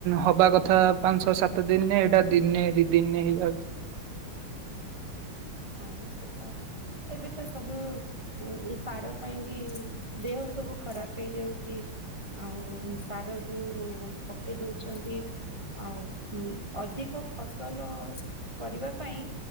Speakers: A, on the right (about 80°); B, on the right (about 40°).
A: ହବା କଥା ପାଞ୍ଚ ଛଅ ସାତ ଦିନିରେ ଏଇଟା ଦିନେ ଦି ଦିନି ହେଇଯାଉଛି।
B: ହଁ ସେଟା ଏବେତ ସବୁ ହଁ ଏ ସାର ପାଇଁ ବି ଦେହ ସବୁ ଖରାପ ହେଇଯାଉଚି। ଆଉ ସାର ଯଉ ପକେଇ ଦଉଚନ୍ତି। ଆଉ ହୁଁ ଅଧିକ ଫସଲ କରିବା ପାଇଁ